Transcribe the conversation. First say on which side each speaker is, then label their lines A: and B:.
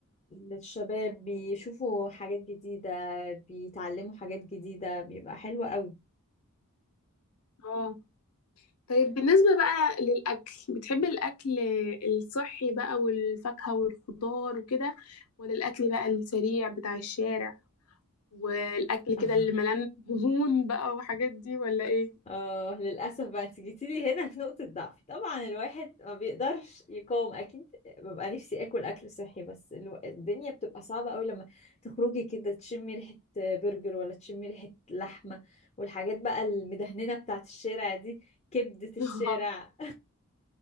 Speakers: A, on the left; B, on the left.
A: للشباب بيشوفوا حاجات جديدة بيتعلموا حاجات جديدة بيبقى حلو قوي
B: اه طيب بالنسبة بقى للأكل بتحب الأكل الصحي بقى والفاكهة والخضار وكده ولا الأكل بقى السريع بتاع الشارع والأكل كده
A: <laughs>
B: اللي ملان دهون بقى وحاجات دي ولا إيه؟
A: اه للأسف بقى انت جيتيلي هنا في نقطة ضعفي طبعا الواحد ما بيقدرش يقاوم أكيد ببقى نفسي آكل أكل صحي بس الو- الدنيا بتبقى صعبة قوي لما تخرجي كده تشمي ريحة برجر ولا تشمي ريحة لحمة والحاجات بقى المدهننة بتاعت الشارع دي كبدة الشارع
B: <laughs> اه